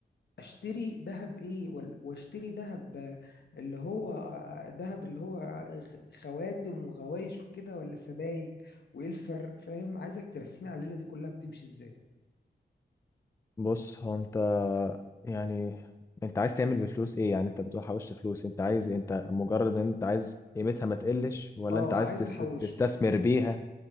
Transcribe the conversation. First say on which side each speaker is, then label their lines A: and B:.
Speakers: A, on the left; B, on the left.
A: اشتري ذهب ايه ولا واشتري ذهب آه، اللي هو آه، ذهب اللي هو غ- خواتم وغوايش وكده ولا سبائك وايه الفرق فاهم عايزك ترسيني على الليله دي كلها بتمشي ازاي
B: بص هو انت يعني انت عايز تعمل بفلوس ايه يعني انت بتقول حوشت فلوس انت عايز إيه؟ انت مجرد ان انت عايز قيمتها ما تقلش ولا
A: اه
B: انت عايز
A: عايز
B: تست-
A: احوشهم
B: تستثمر بيها